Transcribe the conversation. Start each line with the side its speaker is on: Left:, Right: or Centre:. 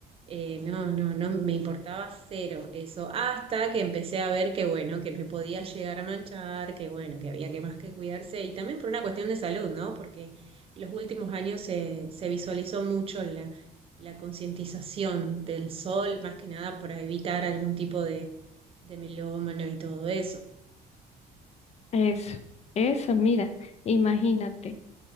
Right: Eh, no, no, no, me importaba cero eso, hasta que empecé a ver que, bueno, que me podía llegar a manchar, que, bueno, que había que más que cuidarse y también por una cuestión de salud, ¿no? Porque los últimos años se, se visualizó mucho la concientización del sol, más que nada para evitar algún tipo de, de melómano y todo eso.
Left: Eso, eso, mira, imagínate.